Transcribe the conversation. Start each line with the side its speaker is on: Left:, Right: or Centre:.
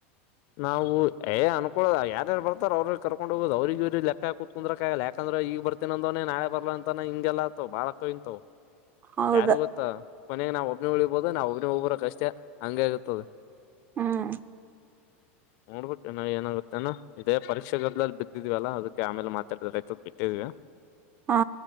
Left: ನಾವು ಏ ಅನ್ಕೋ ಯಾರ ಬರ್ತಾರ ಅವ್ರರು ಕರ್ಕೊಂಡ ಹೋಗೋ್ ಅವ್ರಿಗೆ ಇವ ಲೆಕ್ಕ ಕುತ್ಕಂದ್ರಾಕಂದ್ರೆ ಈಗ ಬರ್ತ. ೊಂದವನ ನಳೆ ಬರ್ಲ ಅಂತನ ಹಿಂಗೆಲ್ಲಾತವ ಬಾಳಕ ಇಂತವು.
Right: ಹೌದ
Left: ಯಾರ ಗೊತ್ತ. ಮನೆಗೆ ನಾವ್ ಒಬ್ನ ಉಳಿಬೋದು ನಾವ್ ಒಬ್ನ ಹೋಗಬರೋ ಕಷ್ಟೇ ಹಂಗ ಆಗತದೆ.
Right: ಹ್ಮ್.
Left: ನೋಡ್ಬೇಕುನ ಏನಾಗುತ್ತೆನ ಇದೇ ಪರೀಕ್ಷೆಗೊದ್ಲ್ಲಿ ಬಿದ್ದಿದವ ಅಲ್ಲಾ ಅದಕ್ಕೆ ಆಮೇಲೆ ಮಾತಾಡಿದ ರೈತ ಬಿಟ್ಟಿದ್ವಿ.
Right: ಹಾ